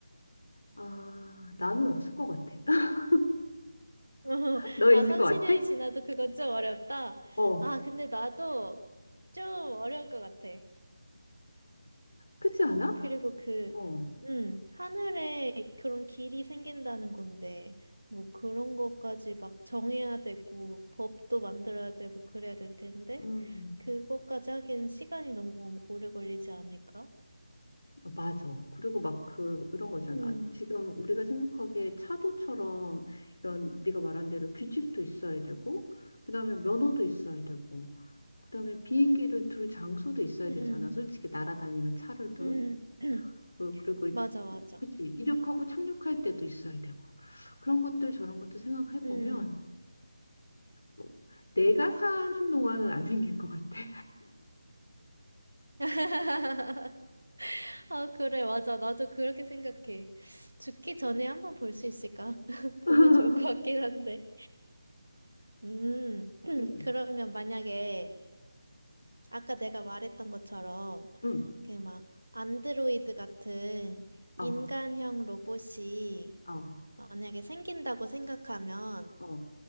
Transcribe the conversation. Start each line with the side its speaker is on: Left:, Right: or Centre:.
Left: 아, 나는 없을 것 같아. <laughs>
Right: <laughs>
Left: 너
Right: 아,
Left: 있을
Right: 30년이
Left: 것 같아?
Right: 지나도 그건 좀 어렵다.
Left: 어,
Right: 아, 근데 나도 좀 어려울 것 같아.
Left: 그렇지 않아?
Right: 그리고 그,
Left: 어,
Right: 음, 하늘에 그런 길이 생긴다는 건데, 뭐 그런 것까지 막 정해야 되고, 법도 만들어야 되고, 그래야 될 텐데,
Left: 음.
Right: 그것까지 하기엔 시간이 너무 오래 걸리지 않을까?
Left: 어, 맞아. 그리고 막 그, 이런 거잖아.
Right: 음,
Left: 지금 우리가 생각하기에 차도처럼 이런 네가 말한 대로 규칙도 있어야 되고, 그다음에 면허도 있어야 되고, 그다음에 비행기를 둘 장소도 있어야
Right: 음,
Left: 되잖아. 솔직히 날아다니는 차를 둘.
Right: 음. <clears throat>
Left: 그- 그리고, 이제-
Right: 맞아, 맞아.
Left: 그치. 이륙하고 착륙할 때도 있어야 되고. 그런 것들 저런 것도 생각해
Right: 음.
Left: 보면 어, 내가 사는 동안은 안 생길 것 같아.
Right: <laughs> 아, 그래, 맞아. 나도 그렇게 생각해. 죽기 전에 한번 볼 수 있을까? <laughs> 보면
Left: <laughs>
Right: 좋을 것 같긴 한데. 음, <clears throat>
Left: 응,
Right: 그러면 만약에 아까 내가 말했던 것처럼
Left: 응,
Right: 그 막 안드로이드 같은 인간형
Left: 어,
Right: 로봇이
Left: 어,
Right: 만약에 생긴다고 생각하면
Left: 어.